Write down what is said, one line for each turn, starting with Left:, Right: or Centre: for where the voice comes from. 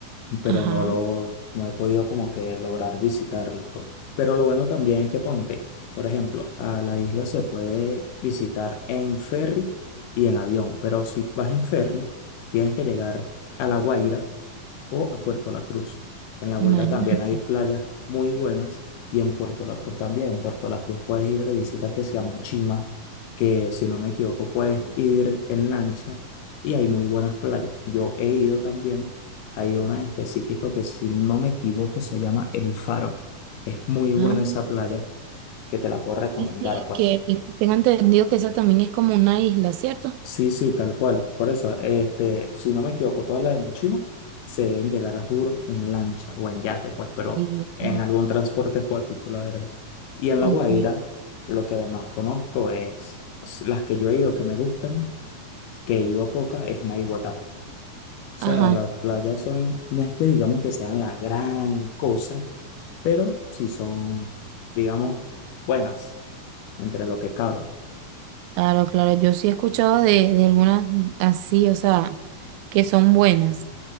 Left: pero
Right: Ajá,
Left: no lo, no he podido como que lograr visitarlo, pues. Pero lo bueno también es que ponte, por ejemplo, a la isla se puede visitar en ferry y en avión, pero si vas en ferry, tienes que llegar a La Guaira o a Puerto La Cruz. En La Guaira
Right: imagínate.
Left: también hay playas muy buenas y en Puerto La Cruz también. En Puerto La Cruz puedes ir de visita que se llama Chima, que si no me equivoco puedes ir en lancha y hay muy buenas playas. Yo he ido también. Hay una en específico que si no me equivoco se llama El Faro. Es muy buena
Right: Ah,
Left: esa playa que te la puedo recomendar,
Right: y sí,
Left: pues.
Right: que que tengo entendido que esa también es como una isla, ¿cierto?
Left: Sí, sí, tal cual. Por eso, este, si no me equivoco, todas las de Mochima se deben llegar a Juro en lancha o en yate, pues, pero
Right: Sí,
Left: en
Right: ¿verdad?
Left: algún transporte acuático, la verdad. Y en
Right: Ok.
Left: La Guaira, lo que más conozco es s- las que yo he ido que me gustan, que he ido a poca, es Naiguatá. O sea,
Right: Ajá.
Left: las playas son, no es que digamos que sean la gran cosa, pero sí son, digamos, buenas entre lo que cabe.
Right: Claro, claro, yo sí he escuchado de, de algunas así, o sea, que son buenas,